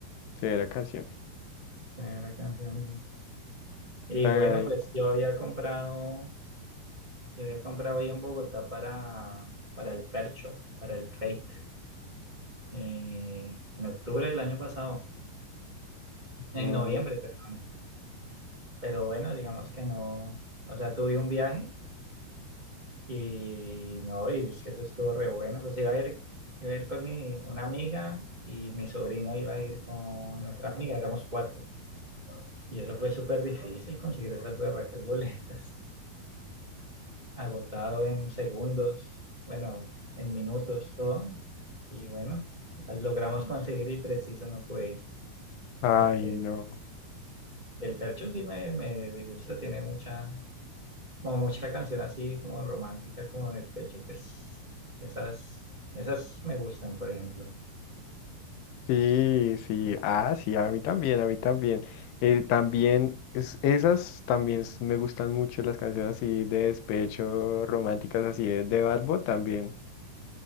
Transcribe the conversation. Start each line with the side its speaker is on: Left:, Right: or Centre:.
Left: Severa canción.
Right: Primera canción. sí. Y
Left: Dagadicta.
Right: bueno, pues yo había comprado, yo había comprado ahí en Bogotá para, para el Percho, para el Fate, eh, en octubre del año pasado, en
Left: ah,
Right: noviembre, perdón. Pero bueno, digamos que no, o sea, tuve un viaje y no, y es que eso estuvo re bueno. Pues iba a ir, iba a ir con mi, una amiga y mi sobrino iba a ir con otra amiga, éramos cuatro. Y eso fue súper difícil conseguir esas berracas boletas. Agotado en segundos, bueno, en minutos, todo. Y bueno, las logramos conseguir y preciso no pude ir.
Left: Ay,
Right: Porque
Left: no.
Right: el Fercho sí me, me, me gusta, tiene mucha, como mucha canción así como romántica, como despecho, pues esas, esas me gustan, por ejemplo.
Left: Sí, sí. Ah, sí, a mí también, a mí también. Eh, también, es, esas también s- me gustan mucho las canciones así de despecho, románticas, así de, de Bad Bunny también.